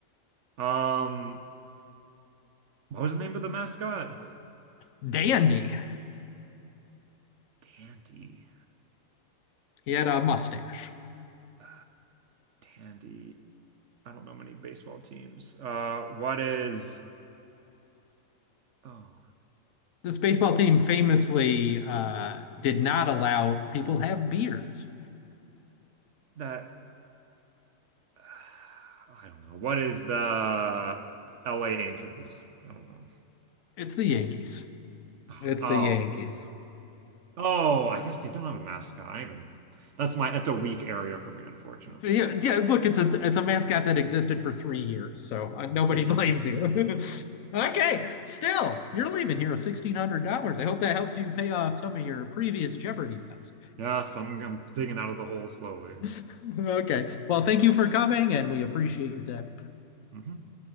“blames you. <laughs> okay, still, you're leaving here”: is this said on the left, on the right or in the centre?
Left